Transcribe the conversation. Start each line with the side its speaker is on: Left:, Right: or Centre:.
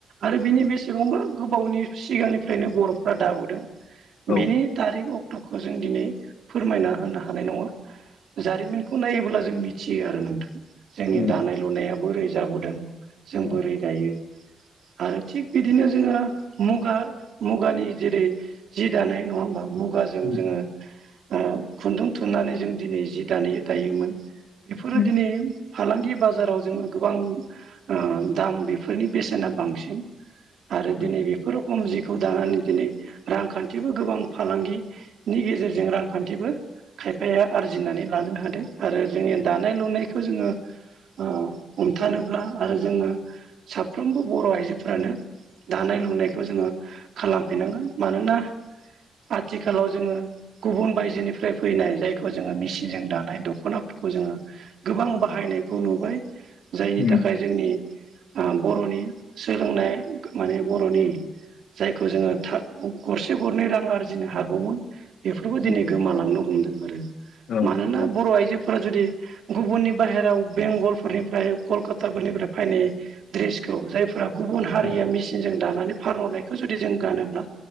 Right: आरो बिनि बेसेबांबा गोबावनि सिगांनिफ्रायनो बर'फ्रा दाबोदों
Left: औ
Right: बिनि थारिख अक्ट'खौ जों दिनै फोरमायना होनो हानाय नङा जारिमिनखौ नायोब्ला जों मिथियो आरो नोंथां जोंनि
Left: उम
Right: दानाय लुनाया बोरै जाबोदों जों
Left: औ
Right: बोरै दायो आरो थिग बिदिनो जोङो मुगा मुगानि जेरै जि दानाय नङा होमबा मुगाजों
Left: उम
Right: जोङो ओ खुन्दुं थुननानै जों दिनै जि द दायोमोन बेफोरो
Left: उम
Right: दिनै फालांगि बाजाराव जोङो गोबां ओ दाम बेफोरनि बेसेना बांसिन आरो दिनै
Left: औ
Right: बेफोर खम जिखौ दानानै दिनै रांखान्थिबो गोबां फालांगिनि गेजेरजों रांखान्थिबो खायफाया आरजिनानै लानो हादों आरो जोंनि दानाय लुनायखौ जोङो ओ हमथानोब्ला आरो जोङो साफ्रोमबो बर' आइजोफ्रानो दानाय लुनायखौ जोङो खालामफिनांगोन मानोना आथिखालाव जोङो गुबुन बायजोनिफ्राय फैनाय जायखौ जोङो मेचिनजों दानाय दख'नाफोरखौ जोङो गोबां बाहायनायखौ नुबाय जायनि
Left: उम
Right: थाखाय जोंनि बर'नि सोलोंनाय माने बर'नि जायखौ जोङो था- गरसे गरनै रां आरजिनो हागौमोन बेफोरबो
Left: उम
Right: दिनै गोमालांनो हमदों आरो
Left: औ
Right: मानोना
Left: औ
Right: बर' आइजोफोरा जुदि गुबुननि बाहेराव बेंगलफोरनिफ्राय कलकाताफोरनिफ्राय फैनाय ड्रेसखौ जायफोरा गुबुन हारिया
Left: औ
Right: मेचिनजों दानानै फानहरनायखौ जुदि जों गानोब्ला